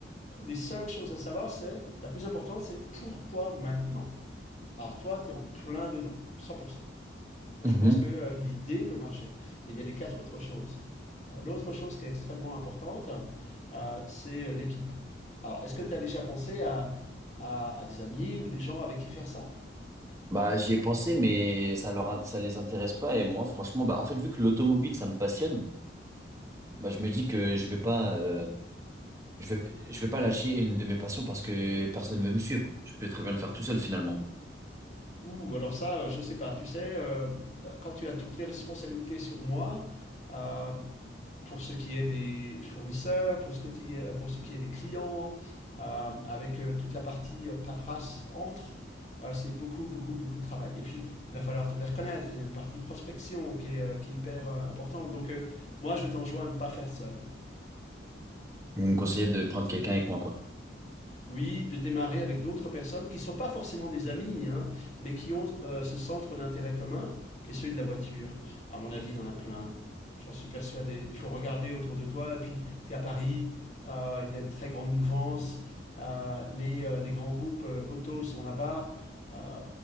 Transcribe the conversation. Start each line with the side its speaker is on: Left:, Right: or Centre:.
Left: les cinq choses à savoir, c'est la plus importante, c'est pourquoi maintenant? Alors toi, tu es en plein dedans, 100%. Moi,
Right: Mhm.
Left: je pense que euh, l'idée peut marcher. Mais il y a les quatre autres choses. Euh, L'autre chose qui est extrêmement importante, euh, c'est euh, l'équipe. Alors, est-ce que tu as déjà pensé à, à- à des amis ou des gens avec qui faire ça?
Right: Bah, j'y ai pensé, mais ça leur, ça les intéresse pas. Et moi, franchement, bah, en fait, vu que l'automobile, ça me passionne, bah, je me dis que je vais pas, euh, je vais, je vais pas lâcher une de mes passions parce que personne veut me suivre. Je peux très bien le faire tout seul, finalement.
Left: Ou alors ça, euh, je sais pas. Tu sais, euh, quand tu as toutes les responsabilités sur moi, euh, pour ce qui est des fournisseurs, pour ce, que ti- euh, pour ce qui est des clients, euh, avec euh, toute la partie euh, paperasse entre. Euh, c'est beaucoup, beaucoup, beaucoup de travail. Et puis, il va falloir te faire connaître. Il y a une partie prospection qui est, euh, qui est hyper euh, importante. Donc, euh, moi, je t'enjoins à ne pas faire seul.
Right: Vous me conseillez de prendre quelqu'un avec moi, quoi.
Left: oui, de démarrer avec d'autres personnes qui ne sont pas forcément des amis, hein, mais qui ont euh, ce centre d'intérêt commun qui est celui de la voiture. À mon avis, il y en a plein. J'en suis persuadé. Il faut regarder autour de toi. Et puis, tu es à Paris, euh, il y a une très grande mouvance. euh, les, euh, les grands groupes euh, auto sont là-bas. Euh,